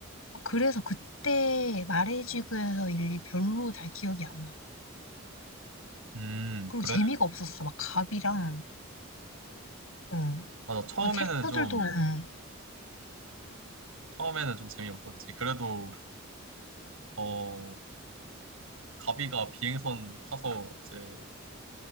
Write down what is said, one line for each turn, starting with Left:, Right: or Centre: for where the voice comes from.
Left: 그래서 그때 말해지고에서 일이 별로 잘 기억이 안 나.
Right: 음,
Left: 그리고
Right: 그래.
Left: 재미가 없었어. 막 갑이랑, 어.
Right: 맞아. 처음에는
Left: 막 캐릭터들도,
Right: 좀,
Left: 응.
Right: 처음에는 좀 재미없었지. 그래도, 어, 가비가 비행선 타서 이제